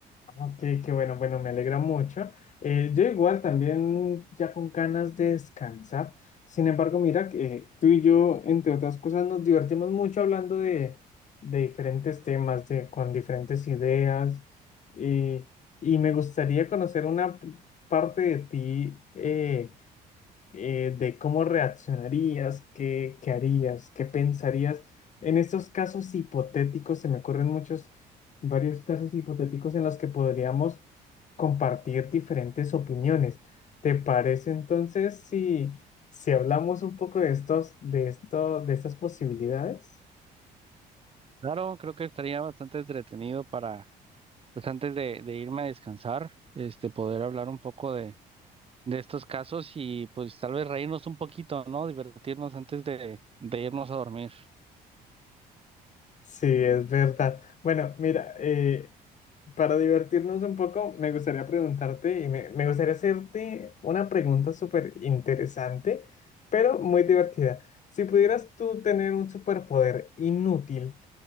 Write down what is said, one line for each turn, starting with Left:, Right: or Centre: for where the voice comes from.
Left: Ah, Ok, qué bueno, bueno, me alegra mucho. Eh, yo igual también ya con ganas de descansar. Sin embargo, mira que eh, tú y yo, entre otras cosas, nos divertimos mucho hablando de, de diferentes temas, de, con diferentes ideas. y y me gustaría conocer una p- parte de ti. eh, eh, de cómo reaccionarías, qué, qué harías, qué pensarías. En estos casos hipotéticos, se me ocurren muchos, varios casos hipotéticos en los que podríamos compartir diferentes opiniones. ¿Te parece entonces si, si hablamos un poco de estos, de esto, de estas posibilidades?
Right: Claro, creo que estaría bastante entretenido para, pues antes de, de irme a descansar, este, poder hablar un poco de, de estos casos y pues tal vez reírnos un poquito, ¿no? Divertirnos antes de, de irnos a dormir.
Left: Sí, es verdad. Bueno, mira, eh, Para divertirnos un poco, me gustaría preguntarte y me, me gustaría hacerte una pregunta súper interesante, pero muy divertida. Si pudieras tú tener un superpoder inútil,